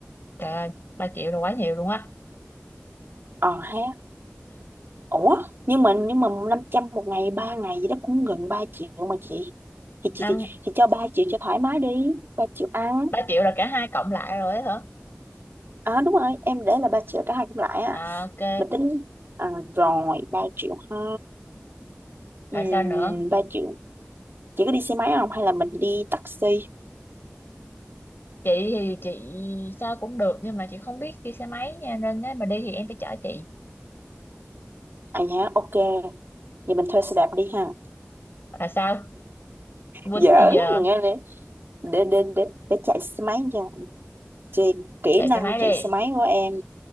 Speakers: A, on the left; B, on the right.
A: trời ơi ba triệu là quá nhiều luôn á
B: ờ ha ủa nhưng mà nhưng mà 500 một ngày ba ngày gì đó cũng gần 3 triệu mà chị thì chị
A: năm
B: thì, thì cho 3 triệu cho thoải mái đi ba triệu ăn
A: ba triệu là cả hai cộng lại rồi ấy hả
B: à đúng rồi em để là 3 triệu cả hai cũng lại á
A: À ok,
B: mình tính à, rồi 3 triệu ha Ừm,
A: rồi sao nữa?
B: 3 triệu chị có đi xe máy không hay là mình đi taxi
A: Chị thì chị sao cũng được nhưng mà chị không biết đi xe máy nha nên nếu mà đi thì em phải chở chị.
B: à nhá ok vậy mình thuê xe đạp đi ha
A: Là sao? Quýnh
B: giỡn
A: bây giờ
B: nghe để để để để, để chạy xe máy nha thì kỹ
A: chạy xe
B: năng
A: máy
B: chạy
A: đi.
B: xe máy của em